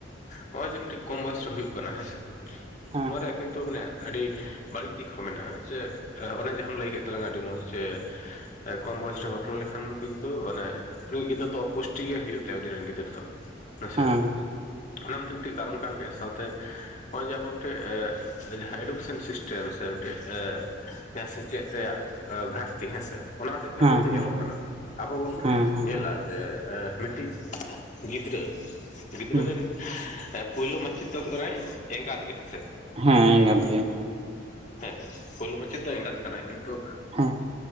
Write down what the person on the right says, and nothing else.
ᱦᱮᱸ
ᱦᱮᱸ
ᱦᱮᱸ
ᱦᱮᱸ
ᱦᱮᱸ ᱦᱮᱸ
ᱦᱮᱸ
ᱦᱮᱸ ᱮᱸᱜᱟᱛ ᱜᱮ᱾
ᱦᱮᱸ